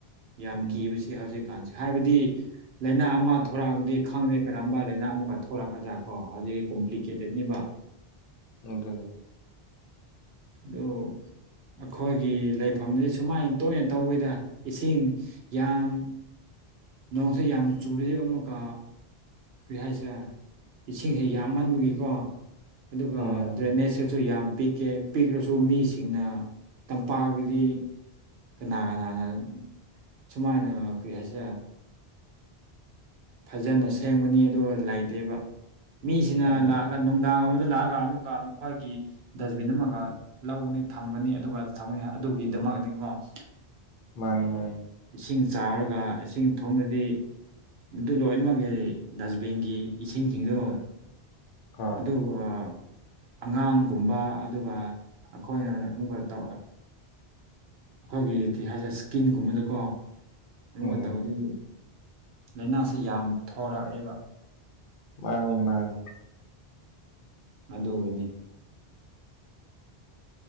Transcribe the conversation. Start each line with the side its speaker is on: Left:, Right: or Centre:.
Right: ꯌꯥꯝ
Left: ꯎꯝ
Right: ꯀꯤꯕꯁꯤ ꯍꯧꯖꯤꯛ ꯀꯥꯟꯁꯦ ꯍꯥꯏꯕꯗꯤ ꯂꯥꯏꯅꯥ ꯑꯃ ꯊꯣꯛꯔꯛꯑꯗꯤ ꯈꯪꯗꯦ ꯀꯔꯝꯕ ꯂꯥꯏꯅꯥ ꯑꯃꯀ ꯊꯣꯛꯣꯔꯛꯀꯗ꯭ꯔ ꯀꯣ ꯍꯧꯖꯤꯛ ꯀꯣꯝꯄ꯭ꯂꯤꯀꯦꯇꯦꯠꯅꯤꯕ
Left: ꯑꯗꯨꯅꯤ
Right: ꯑꯗꯨ ꯑꯩꯈꯣꯏꯒꯤ ꯂꯩꯐꯝꯁꯦ ꯁꯨꯃꯥꯏꯅ ꯇꯣꯏꯅ ꯇꯧꯋꯤꯗ ꯏꯁꯤꯡ ꯌꯥꯝ ꯅꯣꯡꯁꯦ ꯌꯥꯝ ꯆꯨ ꯑꯃꯨꯛꯀ ꯀꯔꯤ ꯍꯥꯏꯁꯤꯔ ꯏꯁꯤꯡꯁꯤ ꯌꯥꯝꯃꯟꯕꯒꯤꯀꯣ ꯑꯗꯨꯒ
Left: ꯎꯝ
Right: ꯗ꯭ꯔꯦꯅꯦꯖꯁꯨ ꯁꯨ ꯌꯥꯝ ꯄꯤꯛꯀꯦ ꯄꯤꯛꯂꯁꯨ ꯃꯤꯁꯤꯡꯅ ꯇꯝꯄꯥꯛꯒꯤꯗꯤ ꯀꯅꯥ ꯀꯅꯥꯅ ꯁꯨꯃꯥꯏꯅ ꯀꯔꯤ ꯍꯥꯏꯁꯤꯗ ꯐꯖꯅ ꯁꯦꯡꯕꯅꯤ ꯑꯗꯨꯒ ꯂꯩꯥꯏꯇꯦꯕ ꯃꯤꯁꯤꯅ
Left: ꯍꯣꯏ
Right: ꯂꯥꯛꯑꯒ ꯅꯨꯡꯗꯥꯡ ꯑꯃꯗ ꯂꯥꯛꯑꯒ ꯑꯃ ꯃꯈꯣꯏꯒꯤ ꯗꯁꯕꯤꯟ ꯑꯃꯒ ꯂꯧꯒꯅꯤ ꯊꯝꯒꯅꯤ ꯑꯗꯨꯒ ꯊꯝꯒꯅꯤ ꯑꯗꯨꯒꯤꯗꯃꯛꯅꯤꯉꯣ <inaudible>
Left: ꯃꯥꯅꯤ
Right: ꯏꯁꯤꯡ ꯆꯥꯎꯔꯒ ꯏꯁꯤꯡ ꯊꯨꯝꯃꯗꯤ ꯑꯗꯨ ꯂꯣꯏꯅꯃꯛꯀꯤ ꯗꯁꯕꯤꯟꯒꯤ ꯏꯁꯤꯡꯁꯤꯡꯗꯣ
Left: ꯍꯣꯏ
Right: ꯑꯗꯨ ꯑ ꯑꯉꯥꯡꯒꯨꯝꯕ ꯑꯗꯨꯒ ꯑꯩꯈꯣꯏꯅ ꯑꯃꯨꯛꯀ ꯇꯧꯋꯦ ꯑꯩꯈꯣꯏꯒꯤ ꯀꯤ ꯍꯥꯏꯁꯦ ꯏꯁꯀꯤꯟꯒꯨꯝꯕꯗꯀꯣ ꯑꯃꯨꯒ
Left: ꯎꯝ
Right: ꯇꯧꯔꯗꯤ ꯂꯥꯏꯅꯥꯁꯤ ꯌꯥꯝ ꯊꯣꯔꯛꯑꯦꯕ
Left: ꯃꯥꯅꯦ ꯃꯥꯅꯤ
Right: ꯑꯗꯣꯏꯅꯦ